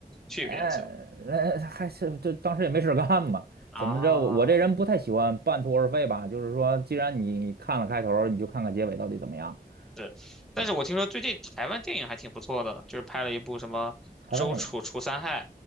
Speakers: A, in the centre; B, on the right.
A: 去一边子去吧。
B: 哎，呃，还是就当时也没事儿干嘛，
A: 啊，
B: 怎么着？我我这人不太喜欢半途而废吧，就是说，既然你看了开头儿你就看看结尾到底怎么样。
A: 是，但是我听说最近台湾电影还挺不错的，
B: 对，
A: 就是拍了一部什么《周楚除三害》
B: 台湾电影